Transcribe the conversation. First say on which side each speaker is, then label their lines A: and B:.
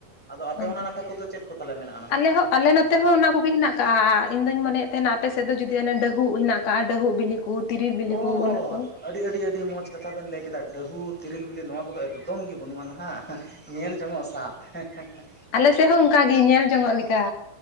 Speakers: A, in the centre; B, on the left (about 85°).
A: ᱟᱫᱚ ᱟᱯᱮ
B: ᱚ
A: ᱚᱱᱟ ᱱᱟᱠᱷᱟ ᱠᱚᱫᱚ ᱪᱮᱫ ᱠᱚ ᱛᱟᱦᱚᱞᱮ ᱢᱮᱱᱟᱜᱼᱟ ᱱᱟᱦᱟᱜ?
B: ᱟᱞᱮ ᱦᱚᱸ ᱟᱞᱮ ᱱᱚᱛᱮ ᱦᱚᱸ ᱚᱱᱟ ᱠᱚᱜᱮ ᱦᱮᱱᱟᱜ ᱠᱟᱜᱼᱟ ᱤᱧ ᱫᱚᱧ ᱢᱚᱱᱮ ᱭᱮᱫ ᱛᱟᱦᱮᱱᱟ ᱟᱯᱮ ᱥᱮᱫ ᱫᱚ ᱡᱩᱫᱤ ᱚᱱᱟ ᱰᱟᱹᱦᱩᱜ ᱦᱮᱱᱟᱜ ᱠᱟᱜᱼᱟ ᱰᱟᱹᱦᱩᱜ ᱵᱤᱞᱤ ᱠᱚ, ᱛᱤᱨᱤᱞ ᱵᱤᱞᱤ
A: ᱚᱻ
B: ᱠᱚ ᱚᱱᱟ ᱠᱚ
A: ᱟᱹᱰᱤ ᱟᱹᱰᱤ ᱟᱹᱰᱤ ᱢᱚᱡᱽ ᱠᱟᱛᱷᱟ ᱵᱮᱱ ᱞᱟᱹᱭ ᱠᱮᱫᱟ ᱰᱟᱹᱦᱩ ᱛᱤᱨᱤᱞ ᱵᱤᱞᱤ ᱱᱚᱣᱟ ᱠᱚᱫᱚ ᱮᱠᱫᱚᱢ ᱜᱮ ᱵᱟᱹᱱᱩᱜᱼᱟ ᱱᱟᱦᱟᱜ, ᱧᱮᱞ ᱡᱚᱝ ᱦᱚ ᱚᱥᱟᱫ ᱦᱮᱸ ᱦᱮᱸ ᱦᱮᱸ
B: ᱟᱞᱮ ᱥᱮᱫ ᱦᱚᱸ ᱚᱱᱠᱟ ᱜᱮ ᱧᱮᱞ ᱡᱚᱝ ᱟᱜ ᱞᱮᱠᱟ